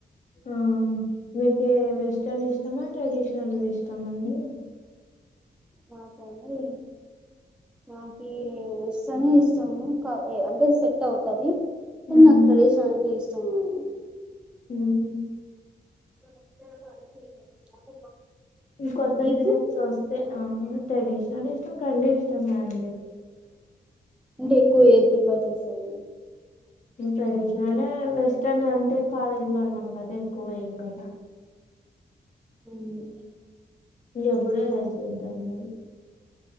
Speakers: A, on the left; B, in the centre.
A: హ్మ్మ్ మీకు వెస్ట్రన్ ఇష్టమా ట్రెడిషనల్ వి ఇష్టమా అండి?
B: నాకండి నాకి వవెస్ట్రన్ ఇష్టము అంటే సెట్ అవుతది కానీ
A: ఉమ్
B: నాకు ట్రేడిషనల్ అంటే ఇష్టమేనండి
A: హ్మ్మ్
B: <inaudible>
A: కొత్త
B: మీకు
A: డిజైన్స్ వస్తే ఆ ట్రెడిషనల్ ఇష్టం రెండు ఇష్టమే అండి
B: అంటే ఎక్కువ ఏదీ ప్రిఫెర్ చేస్తావు?
A: ట్రెడిషనల్ ఎ వెస్టర్న్ అంటే కాలేజీ లో ఉన్నాం కదా ఎక్కువ వేయం కదా
B: ఉహ్మ్మ్
A: ఎప్పుడో అయిపోతన్నది